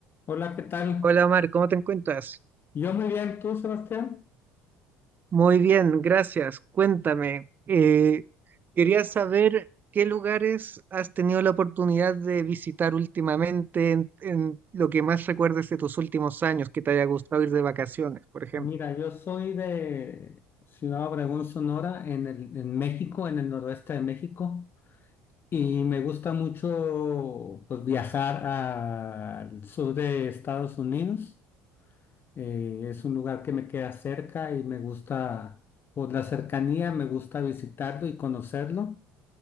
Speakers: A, on the left; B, on the right.
A: Hola, ¿qué tal?
B: Hola Omar, ¿cómo te encuentras?
A: Yo muy bien, ¿tú, Sebastián?
B: Muy bien, gracias. Cuéntame, eh, quería saber qué lugares has tenido la oportunidad de visitar últimamente en, en lo que más recuerdes de tus últimos años, que te haya gustado ir de vacaciones, por ejemplo.
A: Mira, yo soy de Ciudad Obregón, Sonora, en el, en México, en el noroeste de México, y me gusta mucho pues, viajar al sur de Estados Unidos. Eh, es un lugar que me queda cerca y me gusta, por la cercanía, me gusta visitarlo y conocerlo.